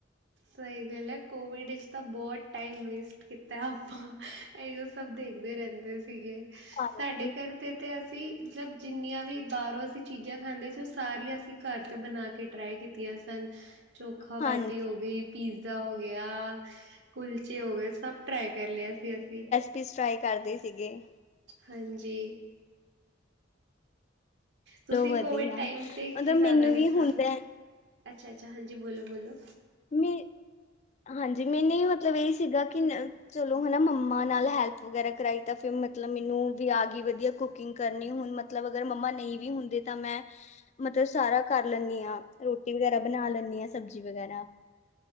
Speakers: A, on the right; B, on the left.
A: ਸਹੀ ਗੱਲ ਐ, ਕੋਵਿਡ ਇਚ ਤਾਂ ਬੌਤ ਟਾਈਮ ਵੇਸਟ ਕੀਤੈ ਆਪਾਂ। ਐਈਓ ਸਭ ਦੇਖਦੇ ਰੈੰਦੇ ਸੀਗੇ।
B: ਹਾਂਜੀ।
A: ਸਾਡੇ ਘਰ ਤੇ ਤੇ ਅਸੀਂ ਮਤਲਬ ਜਿੰਨੀਆਂ ਵੀ ਬਾਰੋਂ ਅਸੀਂ ਚੀਜ਼ਾਂ ਖਾਂਦੇ ਸੀ, ਓਹ ਸਾਰੀਆਂ ਅਸੀਂ ਘਰ ਤੇ ਬਣਾ ਕੇ ਟਰਾਈ ਕੀਤੀਆਂ ਸਨ। ਚੋਖਾ
B: ਹਾਂਜੀ
A: ਬਾਟੀ ਹੋ ਗਈ, ਪੀਜ਼ਾ ਹੋ ਗਿਆ, ਕੁਲਚੇ ਹੋ ਗਏ। ਸਭ ਟਰਾਈ ਕਰ ਲਿਆ ਸੀ ਅਸੀਂ।
B: ਪੀਸ ਟਰਾਈ ਕਰਦੇ ਸੀਗੇ।
A: ਹਾਂਜੀ। ਤੁਸੀਂ
B: ਚਲੋ ਵਧੀਆ
A: ਕੋਵਿਡ ਟਾਈਮ
B: ਮਤਲਬ
A: ਤੇ ਕੀ ਜੈਦਾ
B: ਮੈਨੂੰ
A: ਕੀਤਾ?
B: ਵੀ ਹੁੰਦਾ ਹੈ,
A: ਅੱਛਾ-ਅੱਛਾ, ਹਾਂਜੀ ਬੋਲੋ ਬੋਲੋ।
B: ਮੀ ਹਾਂਜੀ, ਮੈਨੇ ਈ ਮਤਲਬ ਏਹ ਸੀਗਾ ਕਿ ਨ ਚਲੋ ਹਨਾ ਮੰਮਾ ਨਾਲ ਹੈਲਪ ਵਗੈਰਾ ਕਰਾਈ ਤਾਂ ਫਿਰ ਮਤਲਬ ਮੈਨੂੰ ਵੀ ਆ ਗੀ ਵਧੀਆ ਕੁਕਿੰਗ ਕਰਨੀ। ਹੁਣ ਮ ਮਤਲਬ ਅਗਰ ਮੰਮਾ ਨਹੀਂ ਵੀ ਹੁੰਦੇ ਤਾਂ ਮੈਂ ਮਤਲਬ ਸਾਰਾ ਕਰ ਲੈਂਣੀ ਆਂ, ਰੋਟੀ ਵਗੈਰਾ ਬਣਾ ਲੈਣੀ ਆਂ, ਸਬਜ਼ੀ ਵਗੈਰਾ।